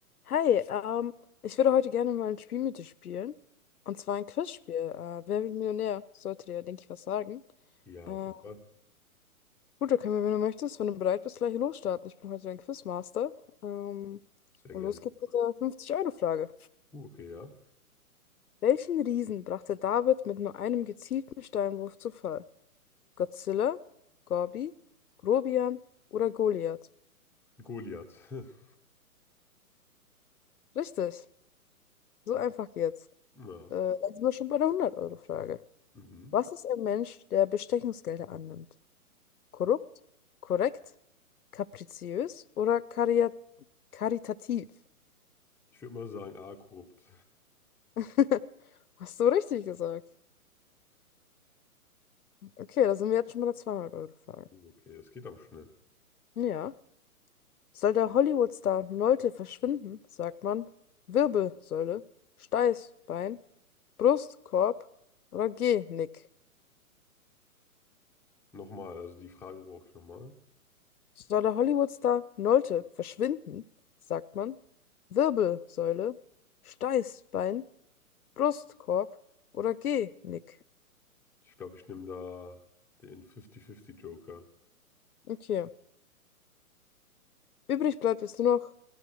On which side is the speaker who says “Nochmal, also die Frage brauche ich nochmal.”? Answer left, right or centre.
Centre